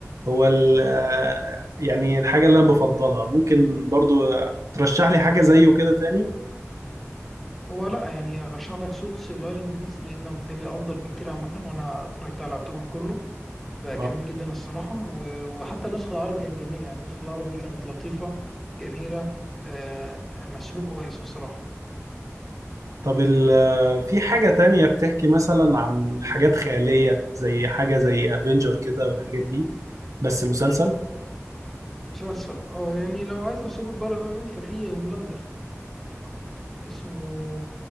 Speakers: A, on the right; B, in the centre.
A: هو ال- آه، يعني الحاجة اللي انا بفضلها ممكن برضو ترشح لي حاجة زيه كده تاني
B: هو لا يعني أرشح لك سوتس اللي هو الإنجليزي لأنه بالتالي أفضل بكتير عامة وأنا اتفرجت على يعتبر كله فجميل
A: آه.
B: جدا الصراحة و- وحتى النسخة العربي كان جميل يعني النسخة العربي كانت لطيفة جميلة آه، مسلوك كويس الصراحة
A: طب ال آه، في حاجة تانية بتحكي مثلا عن حاجات خيالية زي حاجة زي افنجر كده والحاجات دي بس مسلسل
B: مسلسل اه يعني لو عايز سوبر بار قوي ففي هوملاندر يعني اه اسمه